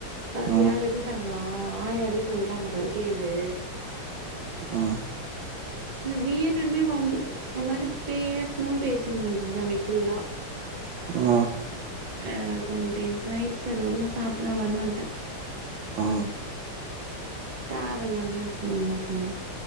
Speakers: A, on the right; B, on the right.
A: பாத்தியா
B: ம்,
A: வெட்டிட் டாங்ளா ஆயாவே சொல்றாங்க பாரு கேளு
B: ஆ
A: வேணும்னே வம்புக்கு ஒர்மாரி பேசுணுன் பேசின்ருந்தது அன்னிக்கு ஃபுல்லா
B: ஆ
A: எனக் கொ டென்ஷனாய்டுச்சு அதுக்கப்றோ நா சாப்ட்டு நா பாட்டுகு வன்ட்டே
B: ஆ
A: தவல்லாம சும்மா சும்மா